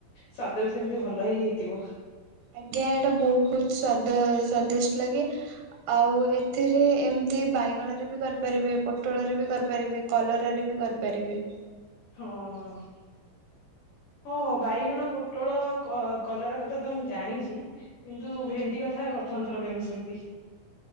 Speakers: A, on the left; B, on the right.
A: ସ୍ଵାଦ ବି ସେମିତି ଭଲ ହି ହେଇଥିବ।
B: ଆଜ୍ଞା ଏଇଟା ବହୁତ ସ୍ଵାଦ ସ୍ଵାଦିଷ୍ଟ ଲାଗେ ଆଉ ଏଥିରେ ଏମ ଏମତି ବାଇଗଣ ରେ ବି କରିପାରିବେ, ପୋଟଳରେ ବି କରିପାରିବେ, କଲରାରେ ବି କରିପାରିବେ।
A: ହଁ। ହଁ, ବାଇଗଣ, ପୋଟଳ, କ କଲରା କଥା ତ ମୁଁ ଜାଣିଛି କିନ୍ତୁ ଭେଣ୍ଡି କଥା ପ୍ରଥମଥର ପାଇଁ ମୁଁ ଶୁଣିଲି